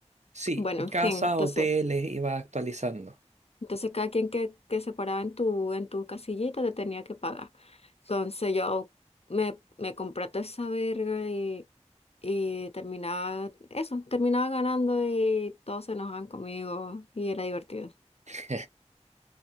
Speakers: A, on the right; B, on the left.
A: Sí,
B: Bueno, en fin,
A: casa,
B: entonces,
A: hoteles, iba actualizando.
B: entonces cada quien que, que se paraba en tu, en tu casillita te tenía que pagar. Entonces yo me, me compré toda esa verga y, y terminaba, eso, terminaba ganando y todos se enojaban conmigo y era divertido.
A: <laughs>